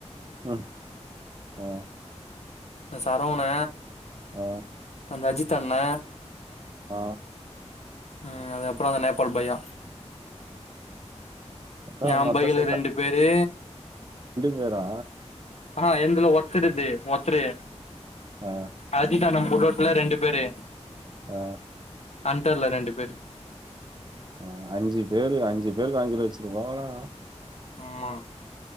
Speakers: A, on the right; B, on the left.
A: ம் ஆ
B: நா சரவணெ
A: ஆ
B: அந்த அஜித் அண்ணெ
A: ஆ
B: ஆ அதுக்கப்றொ அந்த நேபால் பையா
A: அதான்
B: ஏ
A: மொத்தம்
B: பைக்ல
A: சேத்தா
B: ரெண்டு பேரு
A: பேரா?
B: ஆனா எந்துல ஒத்தருது ஒத்தரு
A: ஆ
B: அதுதா நமக்கு உள்ளோட்டுல ரெண்டு பேரு
A: ஆ
B: அண்டர்ல ரெண்டு பேரு
A: ஆ அஞ்சு பேரு அஞ்சு பேருக்கு அஞ்சி லச்சருவாடா
B: ஆமா